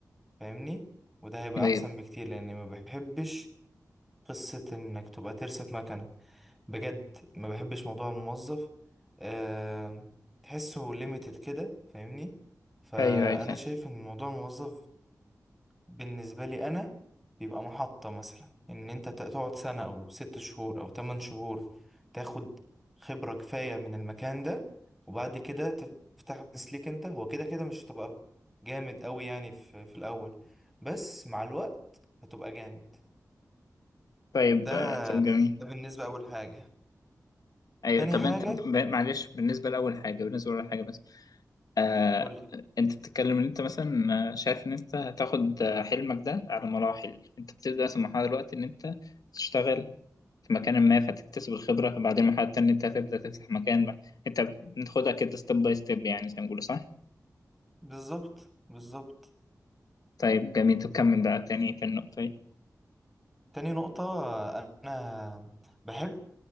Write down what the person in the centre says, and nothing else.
فاهمني وده هيبقى
احسن بكتير لاني ما بحبش قصة انك تبقى ترسف مكنة بجد ما بحبش موضوع الموظف أه تحسه ليميتد كده فاهمني فانا
شايف ان موضوع الموظف بالنسبه لي انا بيبقى محطه مثلا ان انت ت- تقعد سنه او ست شهور او تمن شهور تاخد خبره كفايه من المكان ده وبعد كده تفتح بزنس ليك انت هو كده كده مش هتبقى جامد قوي يعني في, في الاول بس مع الوقت هتبقى جامد
ده
ده بالنسبه اول حاجه
تاني
حاجه
قولي
بالظبط بالظبط
تاني نقطة أنا بحب